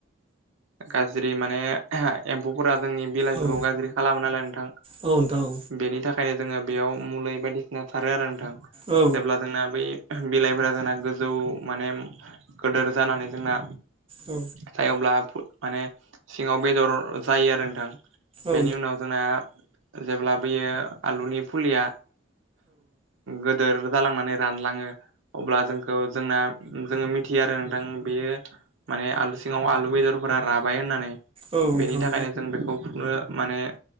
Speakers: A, on the right; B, on the right.
A: गाज्रि माने एम्फौफोरा जोंनि फोरखौ
B: औ
A: गाज्रि खालामो नालाय नोंथां
B: औ नोंथां औ नोंथां
A: बेनि थाखाय बओंखायनो जोङो बेयाव मुलि बायदिसिना सारो आरो नोंथां।
B: औ
A: जेब्ला जोंना बै बिलाइफोरा जोंना गोजौ माने गोदोर जानानै जोंना
B: औ
A: सायावब्ला माने सिङाव बेदर जायो आरो नोंथां। बेनि
B: नोंथां औ
A: उनाव जोंना जेब्ला बेयो आलुनि फुलिया गोदोर जालांनानै रानलाङो अब्ला जोंखौ जोंना जोङो मिथियो आरो नोंथां बेयो माने आलु सिङाव आलु बेदरफोरा राबाय होननानै
B: नोंथां औ नोंथां
A: बेनि थाखायनो जों बेखौ फुनो माने